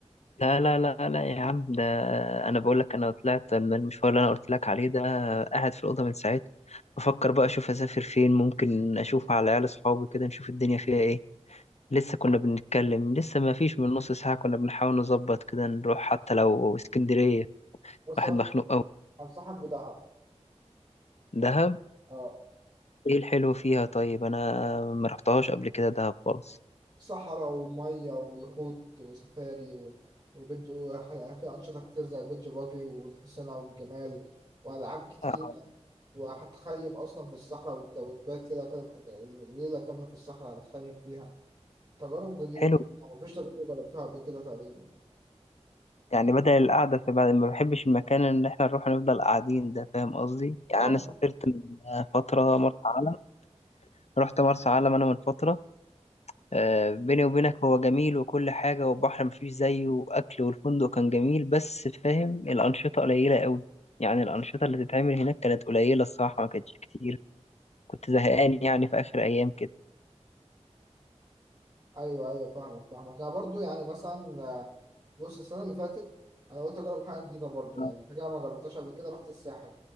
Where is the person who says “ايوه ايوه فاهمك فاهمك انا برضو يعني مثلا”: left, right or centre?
Right